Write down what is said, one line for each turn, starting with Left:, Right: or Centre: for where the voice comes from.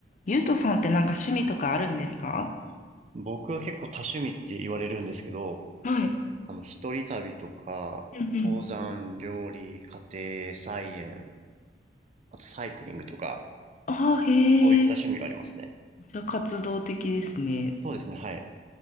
Left: ゆうとさんってなんか趣味とかあるんですか
Right: 僕は結構多趣味って言われるんですけど、
Left: はい。
Right: あの、一人旅とか、
Left: うんうん。
Right: 登山、料理、家庭、菜園、あとサイクリングとか、
Left: ああ、へえ。
Right: そういった趣味がありますね。
Left: じゃあ活動的ですね。
Right: そうですね、はい。